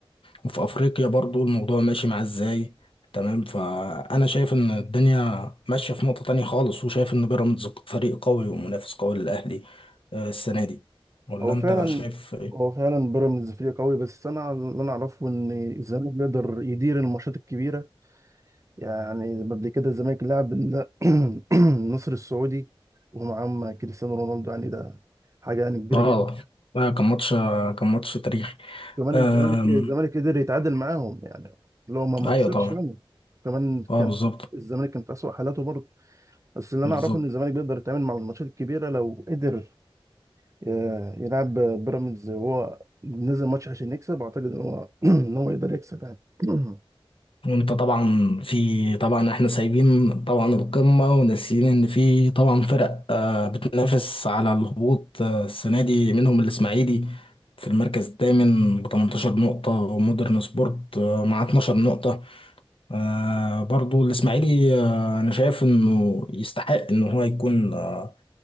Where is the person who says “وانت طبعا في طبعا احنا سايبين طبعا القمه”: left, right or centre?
Left